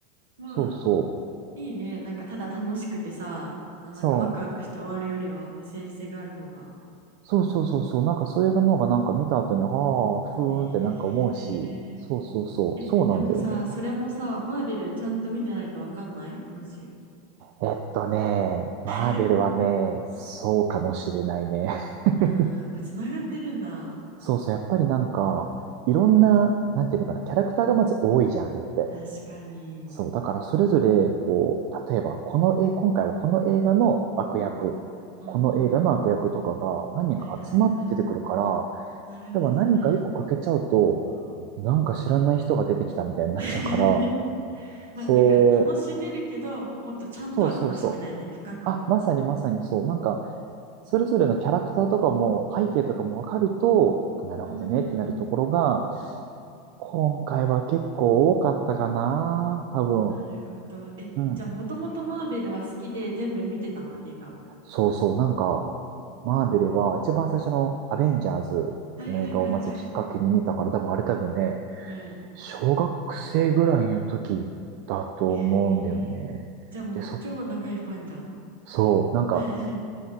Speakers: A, on the right; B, on the right.
A: まあ、
B: そうそう。
A: いいね。なんか、ただ楽しくてさ、あ、なんかワクワクして終わるよりはメッセージ性がある方が。
B: そう。そうそうそうそう。なんかそういうの方がなんか見た後に、はあ、ふーんってなんか思うし。
A: ねえ。
B: そうそうそう。そうなんだよね。
A: でもさ、それもさ、マーベルちゃんと見てないとわかんない話。
B: えっとね、マーベルはね、
A: <laughs>
B: そうかもしれないね。<laughs>
A: うん、やっぱつながってるんだ。
B: そうそう、やっぱりなんか、いろんな、なんていうのかな、キャラクターがまず多いじゃん、あれって。
A: 確かに。
B: そう、だからそれぞれ、こう、例えば、この絵、今回はこの映画の悪役、
A: うん。うんうんうん。
B: この映画の悪役とかが何人か集まって出てくるから、
A: はいはいはい。なるほどね。
B: 例えば何か一個欠けちゃうと、なんか知らない人が出てきたみたいになっちゃうから、
A: <laughs> まあなんか楽しめるけどもっとちゃんとは楽しめないね深くは
B: そう、そうそうそう。あ、まさにまさにそう。なんか、それぞれのキャラクターとかも、背景とかもわかると、あなるほどねってなるところが、
A: うーん
B: 今回は結構多かったかな、多分。
A: なるほどえじゃあもともとマーベルは好きで全部見てたんだ映画
B: うん。そうそう、なんか、マーベルは一番最初のアベンジャーズの映画をまずきっかけに見たから、
A: はいはいはいはい
B: 多分あれ多分ね、
A: うん
B: 小学生ぐらいの時だと思うんだよね。
A: <laughs> えーじゃあもう超長いファンじゃん
B: で、そ、そう、なんか、
A: <laughs>